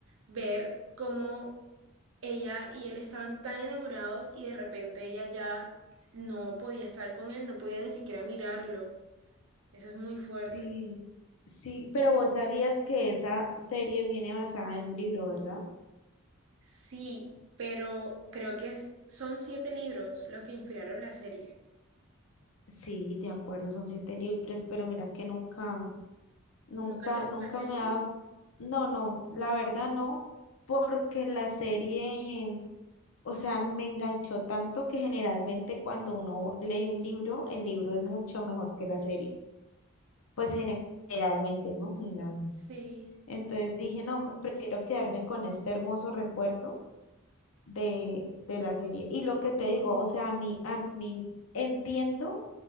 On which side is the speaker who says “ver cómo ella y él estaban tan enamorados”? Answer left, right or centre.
Right